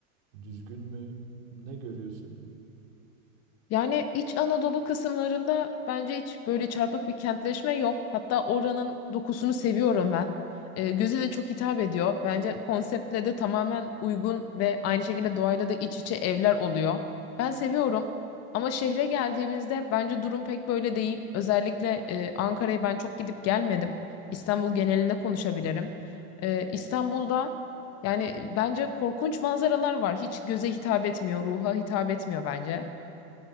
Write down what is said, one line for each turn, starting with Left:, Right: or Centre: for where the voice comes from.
Right: düzgün mü? Ne görüyorsun?
Left: Yani İç Anadolu kısımlarında bence hiç böyle çarpık bir kentleşme yok. Hatta oranın dokusunu seviyorum ben. E, göze de çok hitap ediyor. Bence konseptle de tamamen uygun ve aynı şekilde doğayla da iç içe evler oluyor. Ben seviyorum. Ama şehre geldiğimizde bence durum pek böyle değil. Özellikle e, Ankara'ya ben çok gidip gelmedim. İstanbul genelinde konuşabilirim. E, İstanbul'da yani e, bence korkunç manzaralar var. Hiç göze hitap etmiyor, ruha hitap etmiyor bence.